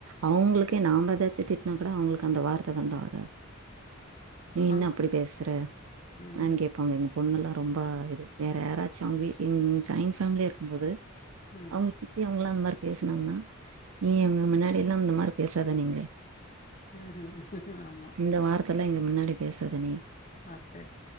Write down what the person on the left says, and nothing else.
அந்த
ம்
ம்
ம்
ம்
ஹும் ஹூம் ஆமா
ஆ சரி